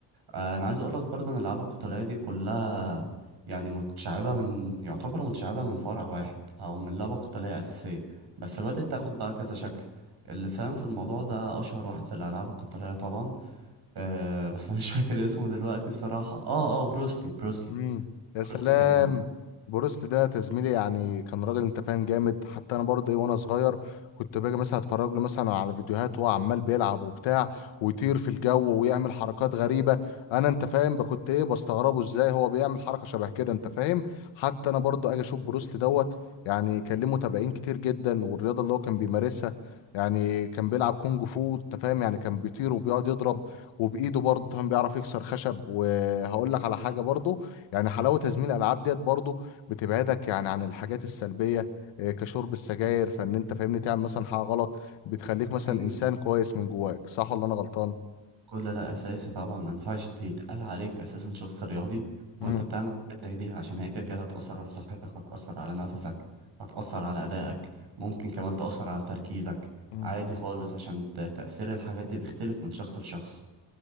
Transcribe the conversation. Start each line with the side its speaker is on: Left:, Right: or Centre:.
Right: آه، انا عايز اقول لك برضه ان الالعاب القتاليه دي كلها يعني متشعبه من يعتبر متشعبه من فرع واحد او من لعبه قتاليه اساسيه بس بدات تاخد بقى كذا شكل اللي ساهم في الموضوع ده اشهر واحد في الالعاب القتاليه طبعا أه بس انا مش <laughs> فاكر اسمه دلوقتي الصراحه اه اه بروسلي بروسلي
Left: امم يا
Right: بروسلي
Left: سلام
Right: كان مشهور
Left: بروست ده تزميلي يعني كان راجل انت فاهم جامد حتى انا برضه ايه وانا صغير كنت باجي مثلا اتفرج له مثلا على فيديوهات وهو عمال بيلعب وبتاع ويطير في الجو ويعمل حركات غريبه انا انت فاهم بقى كنت ايه بستغربه ازاي هو بيعمل حركه شبه كده انت فاهم حتى انا برضه اجي اشوف بروست دوت يعني كان ليه متابعين كتير جدا والرياضه اللي هو كان بيمارسها يعني كان بيلعب كونج فو انت فاهم يعني كان بيطير وبيقعد يضرب وبايده برضه فاهم بيعرف يكسر خشب وهقول لك على
Right: بالظبط
Left: حاجه برضه يعني حلاوة تزميل الألعاب ديت برضو بتبعدك يعني عن الحاجات السلبية إيه، كشرب السجاير فإن أنت فاهمني تعمل مثلا حاجة غلط بتخليك
Right: جميل
Left: مثلا إنسان كويس من جواك صح ولا أنا غلطان؟
Right: كل ده اساسي طبعا ما ينفعش يتقال عليك اساسا شخص رياضي
Left: مم.
Right: وانت بتعمل حاجه زي دي عشان هي كده كده هتاثر على صحتك هتاثر على نفسك هتاثر على ادائك ممكن كمان تاثر على تركيزك
Left: مم.
Right: عادي خالص عشان ت- تاثير الحاجات دي بيختلف من شخص لشخص